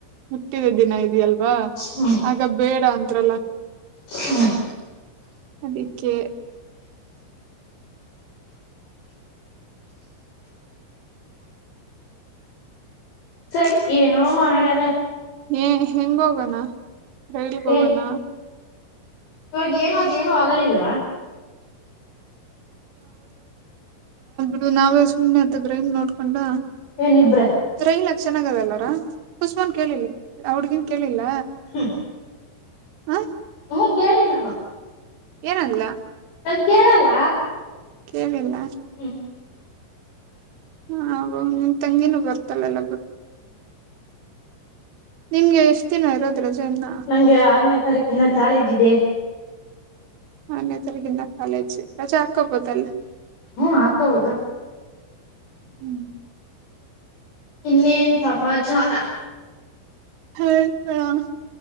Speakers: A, on the right; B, on the left.
A: ಹುಟ್ಟಿದ ದಿನ ಇದೆಯಲ್ವಾ
B: ಹ್ಮ್
A: ಆಗ ಬೇಡ ಅಂತಲ್ಲ
B: ಹ್ಮ್
A: ಅದಕ್ಕೆ
B: ಸರಿ ಏನೋ ಮಾಡಣ
A: ಹ ಹೆಂಗ ಹೋಗೋಣ ರೈಲ್ಗೆ ಹೋಗಣ
B: ಏ ಇವಾಗ ಏನು ಅದೇನೋ ಆಗಲಿಲ್ವಾ
A: ನೀವು ನಾವೇ ಸುಮ್ಮನೆ ಹತ್ತತದ್ರೀ ನೋಡ್ಕೊಂಡ
B: ಏನಿಬ್ರ
A: ರೈಲಾಕ್ ಚೆನ್ನಾಗದಲ್ಲಾರಾ ಉಸ್ಮಾನ್ ಕೇಳಿಲ್ಲ ಆ ಹೂಡ್ಗಿನ್ ಕೇಳಿಲ್ಲ
B: ಹ <inaudible>
A: ಹ
B: ಹ್ಮ ಕೇಳಿ ನಾನು
A: ಏನಲ್ಲ
B: ನಾನ್ ಕೇಳಲ್ಲ
A: ಏನಿಲ್ಲ
B: ಹ್ಮ <inaudible>
A: ಹ ನಿಮನ್ ತಂಗಿನೂ ಬರ್ತಾಳೆಲ್ಲ ನಿಮ್ಗೆ ಎಷ್ಟ್ ದಿನ
B: <inaudible>
A: ಇರೋದ್ ರಜೆ ಇನ್ನ
B: ನಂಗೆ ಆರನೇ ತಾರೀಕಿಂದ ಕಾಲೇಜ್ ಇದೆ
A: ನನೆೇ ತರಗಿಂದ ಕಾಲೇಜ್ ರಜೆ ಹಾಕೊಬೋದಲ್ಲ
B: ಹ್ಮ್ ಹಾಕೋಬಹುದು
A: ಹ್ಮ್
B: ಇನ್ನೇನ್ ಸಮಾಚಾರ
A: ಹ ಕಣ <inaudible>